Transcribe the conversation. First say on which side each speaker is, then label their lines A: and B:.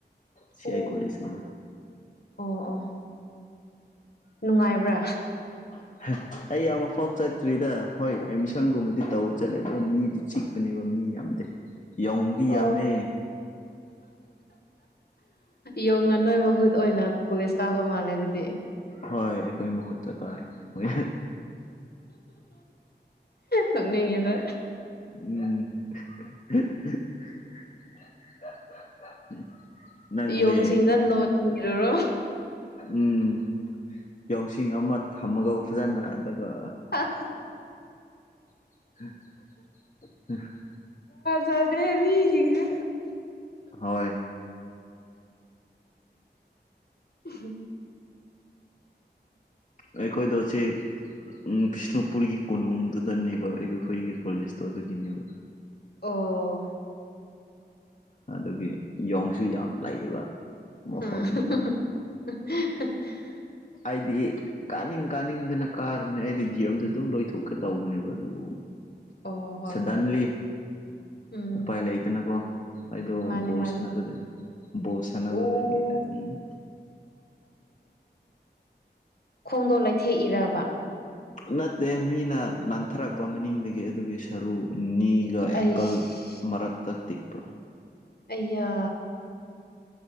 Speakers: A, on the left; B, on the left.
A: ꯁꯤꯌꯥꯥꯏ
B: ꯑꯣ
A: ꯀꯂꯤꯁꯥꯏꯅ
B: ꯑꯣ ꯑꯣ ꯅꯨꯡꯉꯥꯏꯕ꯭ꯔꯥ
A: <inaudible> ꯑꯩ ꯑꯃ ꯐꯥꯎ ꯆꯠꯇ꯭ꯔꯤꯗ ꯍꯣꯏ ꯑꯦꯗꯃꯤꯁꯟꯒꯨꯝꯕꯗꯤ ꯇꯧꯕ ꯆꯠꯂꯦ ꯑꯗꯨꯗꯣ ꯃꯤꯗꯤ ꯆꯤꯛꯄꯅꯦꯕ ꯃꯤ ꯌꯥꯝꯗꯦ ꯌꯥꯎꯗꯤ
B: ꯑꯣ
A: ꯌꯥꯝꯃꯦ
B: ꯌꯣꯡꯅ ꯅꯣꯏ ꯃꯍꯨꯠ ꯑꯣꯏꯅ ꯀꯣꯂꯦꯖ ꯀꯥꯕ ꯃꯥꯜꯂꯦ ꯑꯗꯨꯗꯤ
A: ꯍꯣꯏ ꯑꯩꯈꯣꯏ ꯃꯍꯨꯠꯇ ꯀꯥꯏ ꯍꯣꯏ
B: ꯁꯝꯉ ꯑꯗ
A: ꯎꯝ ꯅꯪꯗꯤ
B: ꯌꯣꯡ ꯁꯤꯡꯗ ꯅꯣꯠ ꯏꯔꯨꯔꯣ
A: ꯎꯝ ꯌꯥꯣꯡꯁꯤꯡ ꯑꯃ ꯊꯝꯃꯒ ꯐꯖꯅ ꯑꯗꯨꯒ
B: ꯑ
A: <unintelligible>
B: ꯌꯥꯗꯦꯦ ꯃꯤ ꯆꯤꯡꯁꯦ
A: ꯍꯣꯏ
B: ꯎ
A: ꯑꯩꯈꯣꯏꯗ ꯁꯤ ꯎꯝ ꯕꯤꯁꯅꯨꯄꯨꯔꯒꯤ ꯀꯣꯅꯨꯡꯗꯨꯗꯅꯦꯕ ꯑꯩ ꯑꯩꯈꯣꯏꯒꯤ ꯀꯣꯂꯦꯖꯇꯣ ꯑꯗꯨꯒꯤꯅꯦꯕ
B: ꯑꯣ
A: ꯑꯗꯨꯗꯒꯤ ꯌꯣꯡꯁꯨ ꯌꯥꯝ ꯂꯩꯌꯦꯕ
B: ꯑ
A: ꯃꯐꯝꯅꯦꯕ ꯑꯩꯗꯤꯒꯤ ꯀꯥꯅꯤꯡ ꯀꯥꯅꯤꯡꯗꯅ ꯀꯥꯔꯕꯅꯦ ꯑꯩꯗꯤ ꯗꯤ ꯑꯦꯝꯗ ꯑꯗꯨꯝ ꯂꯣꯏꯊꯣꯛꯀꯦ ꯇꯧꯕꯅꯦꯕ ꯑꯗꯨꯕꯨ
B: ꯑꯣ ꯍꯣꯏ
A: ꯁꯥꯗꯥꯟꯂꯤ
B: ꯍꯣꯏ ꯎꯝ
A: ꯎꯄꯥꯏ ꯂꯩꯗꯅꯀꯣ ꯑꯩꯗꯣ
B: ꯃꯥꯅꯦ
A: ꯕꯣꯜ
B: ꯃꯥꯅꯦ
A: ꯁꯥꯟꯅꯕꯗꯒꯤ ꯕꯣꯜ ꯁꯥꯟꯅꯕꯗꯒꯤ
B: ꯑꯣ
A: ꯑꯗꯨꯝ
B: ꯈꯣꯡꯗꯣꯜ ꯂꯩꯊꯦꯛ ꯏꯔꯕ
A: ꯅꯠꯇꯦ ꯃꯤꯅ ꯅꯥꯟꯊꯔꯛꯄ ꯃꯅꯤꯡꯗꯒꯤ ꯑꯗꯨꯒꯤ ꯁꯔꯨ ꯅꯤꯒ ꯑꯦꯡꯀꯜ
B: ꯑꯩꯁ
A: ꯃꯔꯛꯇꯛꯇ ꯇꯤꯛꯄ
B: ꯑꯌꯥ